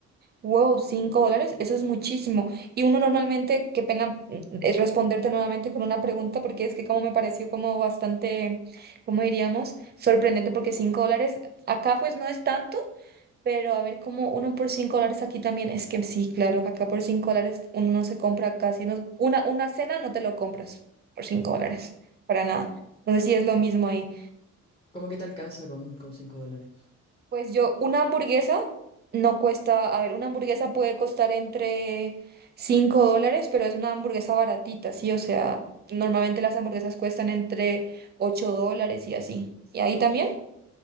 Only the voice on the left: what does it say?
¿Cómo que te alcanza con, con 5 dólares?